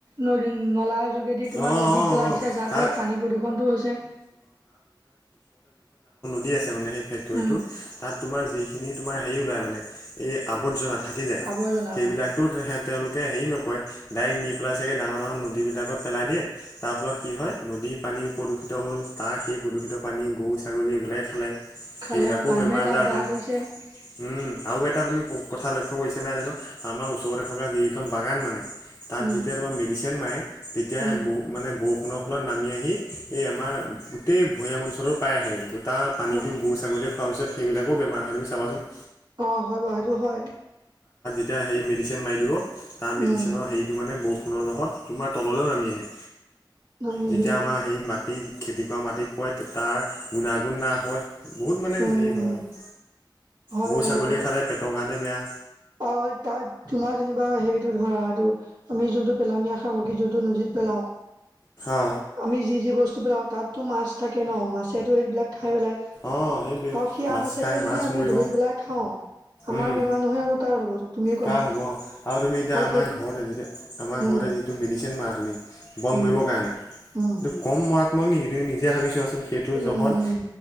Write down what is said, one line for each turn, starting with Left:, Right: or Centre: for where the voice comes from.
Right: ন-নলা য দি তোমাৰ
Left: অ
Right: নদীত
Left: অ
Right: পেলাই
Left: অ
Right: দিছে যাৰ
Left: তাৰ
Right: ফলত পানী প্ৰদূষনটো হৈছে।
Left: দি আছে মানে সেই ফেক্টৰীটো।
Right: উম,
Left: তাত তোমাৰ যিখিনি তোমাৰ হেৰি ওলাই মানে, এই আবৰ্জনা থাকি টি যায়,
Right: আৱৰ্জনা
Left: সেইবিলাকতো
Right: অ,
Left: হে-তেওঁলোকে হেৰি নকৰে ডাইৰেক্ট নি পেলাই চাগে ডাঙৰ ডাঙৰ নদীবিলাকত পেলাই দিয়ে, তাৰ ফলত কি হয় নদী-পানী প্ৰদূষিত হ'ল, তাৰ সেই প্ৰদূষিত পানী গৰু ছাগলীয়ে বিলাকে খালে,
Right: খালে
Left: সেইবিলাকও
Right: মানুহে
Left: বেমাৰ-আজাৰ
Right: তাত গা
Left: হ'ল।
Right: ধুইছে
Left: উম। আও এটা তুমি প-কথা লক্ষ্য কৈছা নে নাই জানো, আমাৰ ওচৰতে থকা যিখন বাগান মানে তাত
Right: উম,
Left: যেতিয়া তোমাৰ মেডিচিন মাৰে, এতিয়া
Right: উম।
Left: ব মানে বৰষুণৰ ফলত নামি আহি, এই আমাৰ গোটেই ভৈয়াম অঞ্চলো প্ৰায় আহে, গোটা পানীটো
Right: অ,
Left: গৰু-ছাগলী খোৱাৰ পিছত সেইবিলাকো বেমাৰ হয়। তুমি চাবাচোন।
Right: অ হয় বাৰু সেইটো হয়।
Left: তেতিয়া হেৰি মেডিচিন মাৰি দিব, তাৰ মেডিচিনৰ
Right: উম,
Left: হেৰিটো মানে বৰষুণৰ জোখত তোমাৰ তললৈও নামি আহে,
Right: নামি
Left: যেতিয়া
Right: আহিব
Left: আমাৰ
Right: অ,
Left: সেই মাটি খেতি কৰা মাটিত পৰে তে- তাৰ গুণাগুণ না হয়, বহুত মানে
Right: উম,
Left: হেৰি হয়
Right: উম।
Left: আৰু।
Right: হয়
Left: গৰু
Right: ব-বাৰু,
Left: ছাগলীয়ে খালে পেটৰ কাৰণে বেয়া
Right: আৰু তাত তোমাৰ যেনিবা হেৰি টো ধৰা এইটো আমি যোনটো পেলনীয়া সামগ্ৰী যোনটো নদীত পেলাওঁ,
Left: অ
Right: আমি যি যি বস্তু পেলাওঁ, তাততো মাছ থাকে ন মাছেতো সেইবিলাক খাই পেলাই
Left: অ সেইটোৱে
Right: আৰু সেয়া
Left: মাছ
Right: মাছকে
Left: খাই মাছ
Right: যদি আমি
Left: মৰিব
Right: ধৰি পেলাই খাওঁ, আমাৰ
Left: উম
Right: বেমাৰ নহয় আৰু কাৰ হ'ব তুমিয়ে কোৱাচোন?
Left: কাহ হ'ব আৰু তুমি এতিয়া
Right: অ
Left: আমাৰ
Right: শেষ,
Left: ঘৰতে যেতিয়া আমাৰ ঘৰতে
Right: উম।
Left: যিটো মেডিচিন মাৰা তুমি বন
Right: উম
Left: মৰিবৰ কাৰণে
Right: উম
Left: সেইটো কম মাৰাত্মক নেকি তুমি নিজে ভাবি চোৱা সেইটো
Right: উম
Left: জহত,